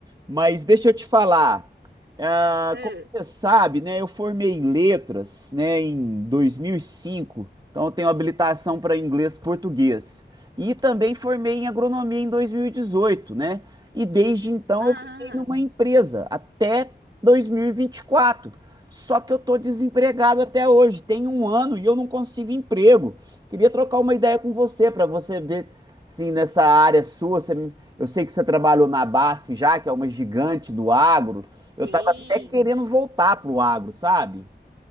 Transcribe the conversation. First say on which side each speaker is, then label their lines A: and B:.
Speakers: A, on the right; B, on the right.
A: Mas deixa eu te falar. ah,
B: É.
A: como você sabe, né? Eu formei em letras, né, em dois mil e cinco, Então eu tenho habilitação para inglês e português. E também formei em agronomia em 2018, né? E desde então
B: Ah,
A: eu fiquei numa empresa até dois mil e e vinte e quatro. Só que eu tô desempregado até hoje. Tem um ano e eu não consigo emprego. Queria trocar uma ideia com você para você ver Sim, nessa área sua, você- eu sei que você trabalhou na BASF já, que é uma gigante do agro. Eu
B: sim,
A: estava até querendo voltar pro agro, sabe?